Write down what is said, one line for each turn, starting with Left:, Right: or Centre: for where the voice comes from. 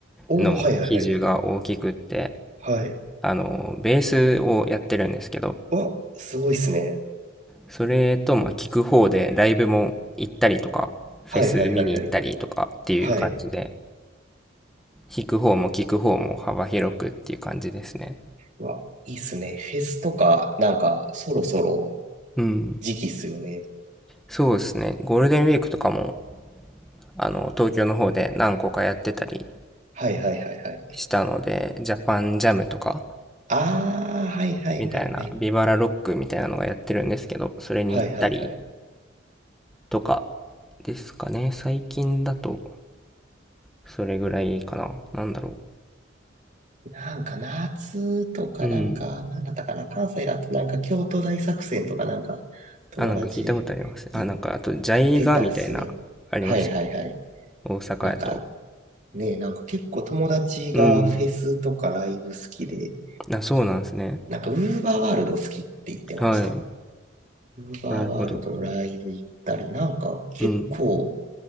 Right: おー、
Centre: の比重が大きくって、
Right: はいはいはい。はい。
Centre: あの、ベースをやってるんですけど、
Right: わ、すごいっすね。
Centre: それと、まあ、聞く方でライブも行ったりとか、フェス見に行ったりとかっていう感じで、
Right: はいはいはいはい。はい。
Centre: 弾く方も聞く方も幅広くっていう感じですね。
Right: うわ、いいっすね。フェスとか、なんか、そろそろ
Centre: うん。
Right: 時期っすよね。
Centre: そうですね。ゴールデンウィークとかも、あの、東京の方で何個かやってたり
Right: はいはいはいはい。
Centre: したので、ジャパンジャムとか、
Right: ああ、はいはいはいはい。
Centre: みたいな、ビバラロックみたいなのがやってるんですけど、それに行ったり
Right: はいはいはい。
Centre: とかですかね。最近だと、それぐらいかな。なんだろ
Right: なんか夏とかなんか、
Centre: う。うん。
Right: なんだったかな、関西だとなんか京都大作戦とかなんか、友達行っ
Centre: あ、なんか聞いたことあります。あ、なんか、あと、ジャイガみたいな、
Right: てたっすね。
Centre: ありますよ。
Right: はいはいはい。
Centre: 大阪やと。
Right: なんかね、なんか結構友達がフェスとかライブ好きで、
Centre: うん。あ、そうなんですね。
Right: なんかウーバーワールド好きって言ってました。
Centre: はい。
Right: ウーバーワールドライブ行ったり、
Centre: なるほど。
Right: なんか結構
Centre: うん。